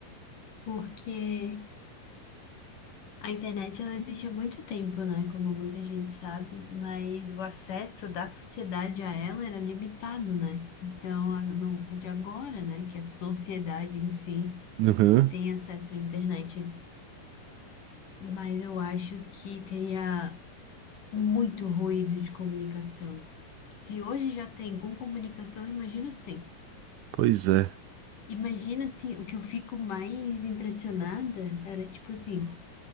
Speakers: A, on the left; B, on the right.
A: Porque A internet ela existe há muito tempo, né? Como muita gente sabe, mas o acesso da sociedade a ela era limitado, né? Então, a- não- é de agora, né, que a sociedade em si
B: Uhum.
A: tem acesso à internet, mas eu acho que teria muito ruído de comunicação. Se hoje já tem com comunicação, imagina sem.
B: Pois é.
A: Imagina assim, o que eu fico mais impressionada era tipo assim,